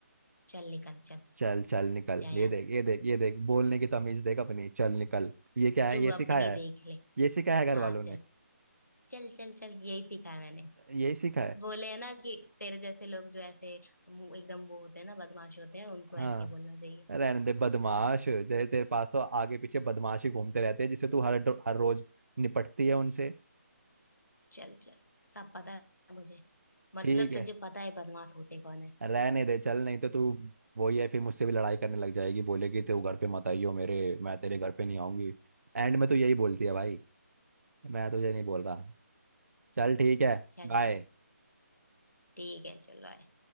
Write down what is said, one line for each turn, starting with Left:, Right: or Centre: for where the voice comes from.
Left: चल निकल चल
Right: चल चल निकल
Left: जा यहाँ
Right: ये देख
Left: से
Right: ये देख ये देख बोलने की तमीज देख अपनी चल निकल ये क्या है
Left: तू
Right: ये सिखाया
Left: अपनी
Right: है
Left: देख ले
Right: ये सिखाया है घर
Left: हाँ
Right: वालों ने
Left: चल चल चल चल यही सीखा है मैंने
Right: यही सीखा है
Left: बोले है ना कि तेरे जैसे लोग जो ऐसे मुंह- एकदम वो होते हैं ना बदमाश होते हैं उनको
Right: हाँ
Left: ऐसे ही बोलना चाहिए
Right: रहने दे बदमाश
Left: हाँ
Right: तेरे तेरे पास तो आगे पीछे बदमाश ही घूमते रहते हैं जिससे तू हर डो- हर रोज निपटती है उनसे
Left: चल चल सब पता है मुझे मतलब
Right: ठीक है
Left: तुझे पता है बदमाश होते कौन है
Right: रहने दे चल नहीं तो तू वही है फिर मुझसे भी लड़ाई करने लग जाएगी बोलेगी तू घर पे मत आई हो मेरे मैं तेरे घर पे नहीं आऊंगी एंड में तो यही बोलती है भाई मैं तुझे नहीं बोल रहा चल ठीक है
Left: चल
Right: बाय
Left: ठीक ठीक है चलो आए।